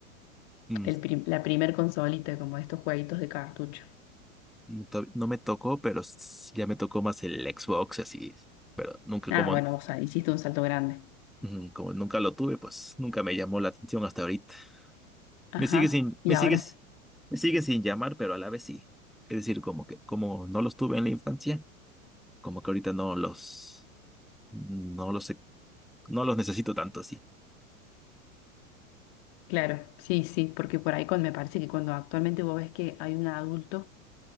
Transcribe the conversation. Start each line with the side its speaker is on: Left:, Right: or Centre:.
Centre: mm,
Left: el prim- la primer consolita, como estos jueguitos de cartucho.
Centre: no to- no me tocó, pero s- ya me tocó más el Xbox, así. Pero nunca,
Left: Ah,
Centre: como,
Left: bueno, o sea, hiciste un salto grande.
Centre: mm, como nunca lo tuve, pues nunca me llamó la atención hasta ahorita.
Left: Ajá,
Centre: Me sigue sin,
Left: y
Centre: me
Left: ahora
Centre: sigues,
Left: sí.
Centre: me sigue sin llamar, pero a la vez sí. Es decir, como que, como no los tuve en la infancia, como que ahorita no los, no los, he- no los necesito tanto así.
Left: Claro, sí, sí, porque por ahí con, me parece que cuando actualmente vos ves que hay un adulto